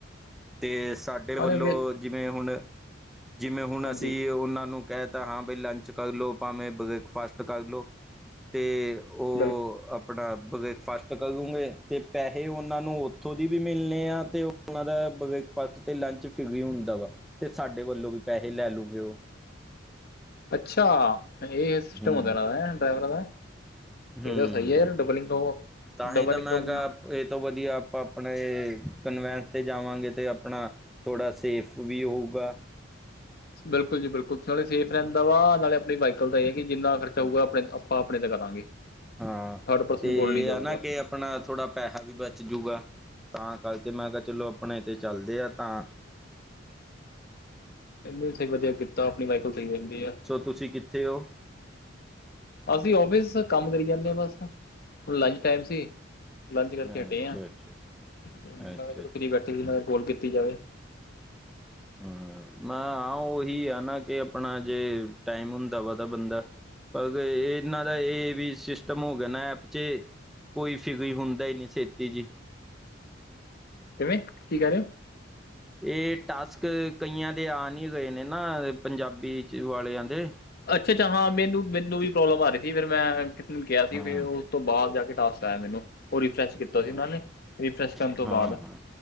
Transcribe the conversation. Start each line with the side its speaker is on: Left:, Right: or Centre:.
Centre: ਤੇ ਸਾਡੇ
Left: ਉਹਨੇ
Centre: ਵੱਲੋਂ।
Left: ਵੀ
Centre: ਜਿਵੇਂ ਹੁਣ, ਜਿਵੇਂ ਹੁਣ
Left: ਹਾਂਜੀ
Centre: ਅਸੀਂ ਏ ਓਨਾਂ ਨੂੰ ਕਹਤਾ ਹਾਂ ਬਈ ਲੰਚ ਕਰਲੋ, ਭਾਵੇਂ ਬ੍ਰੇਕਫਾਸਟ ਕਰ ਲੋ। ਤੇ ਓ
Left: ਬਿਲਕੁਲ
Centre: ਆਪਣਾ ਬ੍ਰੇਕਫਾਸਟ ਕਰੂੰਗੇ। ਤੇ ਪੈਹੇ ਓਨਾਂ ਨੂੰ, ਓਥੋਂ ਦੀ ਵੀ ਮਿਲਨੇ ਆ, ਤੇ ਓਨਾਂ ਦਾ ਬ੍ਰੇਕਫਾਸਟ ਤੇ ਲੰਚ ਫਰੀ ਹੁੰਦਾ ਵਾ, ਤੇ ਸਾਡੇ ਵੱਲੋਂ ਵੀ ਪੈਹੇ ਲੈ ਲੂਗੇ ਓ।
Left: ਅੱਛਾ, ਏ ਸਿਸਟਮ
Centre: ਹੂੰ
Left: ਹੁੰਦਾ, ਏਨਾਂ ਦਾ ਡਰਾਈਵਰਾਂ ਦਾ।
Centre: ਹੂੰ
Left: ਏ ਤਾਂ ਸਈ ਆ। ਯਾਰ ਡਬਲ ਇਨਕਮ,
Centre: ਤਾਂ
Left: ਡਬਲ
Centre: ਹੀ ਤਾਂ
Left: ਇਨਕਮ।
Centre: ਮੈਂ ਕਿਹਾ ਇਹ ਤੋਂ ਵਧੀਆ, ਆਪਾਂ ਆਪਣੇ ਕਨਵੈਂਸ ਤੇ, ਜਾਵਾਂਗੇ ਤੇ, ਆਪਣਾ ਥੋੜਾ, ਸੇਫ ਵੀ ਹੋਊਗਾ।
Left: ਬਿਲਕੁਲ ਜੀ ਬਿਲਕੁਲ ਨਾਲੇ ਸੇਫ ਰਹਿੰਦਾ ਵਾ। ਨਾਲੇ ਆਪਣੀ ਵਾਈਕਲ, ਦਾ ਇਹ ਹੈ ਕਿ, ਜਿੰਨਾ ਖਰਚਾ ਹੋਊਗਾ ਆਪਣੇ ਆਪਾਂ ਆਪਣੇ ਤਾਂ ਕਰਾਂਗੇ।
Centre: ਹਾਂ
Left: ਥਰਡ ਪਰਸਨ
Centre: ਤੇ
Left: ਕੋਲ ਨਹੀਂ ਜਾਊਗਾ
Centre: ਹਨ ਨਾ ਕੇ ਆਪਣਾ ਥੋੜ੍ਹਾ ਪੈਸਾ ਵੀ ਬਚ ਜੂਗਾ ਤਾਂ ਕਰਕੇ ਮੈਂ ਕਿਹਾ ਚਲੋ ਆਪਣੇ ਤੇ ਚੱਲਦੇ ਆ ਤਾਂ
Left: ਐਨੇ ਵੀ ਸਈ ਵਦੀਆ ਕੀਤਾ ਆਪਣੀ ਵਾਈਕਲ ਸਈ ਰੈਂਦੀ ਆ।
Centre: ਤੁਸੀ ਕਿੱਥੇ ਓ?
Left: ਅਸੀਂ ਓਫਿਸ ਦਾ ਕੰਮ ਕਰੀ ਜਾਂਨੇ ਆ ਬਸ, ਹੁਣ ਲੰਚ ਟੈਮ ਸੀ। ਲੰਚ ਕਰਕੇ
Centre: ਅੱਛਾ-ਅੱਛਾ,
Left: ਹਟੇ ਆਂ, ਮੈਂ
Centre: ਅੱਛਾ-ਅੱਛਾ।
Left: ਕੇਆ ਕੀਤੇ ਫ੍ਰੀ ਬੈਠੇ ਸੀ ਮੈਂ ਕੋਲ ਕੱਟੀ ਜਾਵੇ।
Centre: ਹਾਂ, ਮੈਂ ਆ ਆ ਓਹੀ ਆ ਨਾ ਕੇ ਅਪਣਾ ਜੇ, ਟਾਈਮ ਹੁੰਦਾ ਵਾ ਤਾਂ ਬੰਦਾ ਪਰ ਏਨਾਂ ਦਾ ਏ ਵੀ ਸਿਸਟਮ ਹੋ ਗੇਆ ਨਾ ਐਪ ਚੇ ਕੋਈ ਫ੍ਰੀ ਹੁੰਦਾ ਈ ਨੀ ਛੇਤੀ ਜੀ।
Left: ਕਿਵੇਂ? ਕੀ ਕੈ ਰੇ ਓ?
Centre: ਏ ਟਾਸਕ, ਕਈਆਂ ਦੇ ਆ ਨਈ ਰਏ ਨੇ ਨਾ ਪੰਜਾਬੀ 'ਚ ਵਾਲੇ਼ਆਂ ਦੇ।
Left: ਅੱਛਾ, ਅੱਛਾ ਹਾਂ ਮੈਨੂੰ, ਮੈਨੂੰ ਵੀ ਪ੍ਰੋਬਲ਼ਮ ਆ ਰਈ ਸੀ ਫੇਰ ਮੈਂ <unintelligible> ਕੇਆ ਸੀ
Centre: ਹਾਂ,
Left: ਫੇਰ ਓ, ਓਸ ਤੋਂ ਬਾਦ ਜਾ ਕੇ ਟਾਸਕ ਆ ਜਾਂਦੇ ਨੇ ਦੇਖੋ ਓ ਰਿਫਰੈਸ਼ ਕੀ
Centre: ਹਾਂ,
Left: ਰੀਫ੍ਰੇਸ਼ ਕਰਨ ਤੋਂ
Centre: ਹਾਂ,
Left: ਬਾਦ
Centre: ਹਾਂ,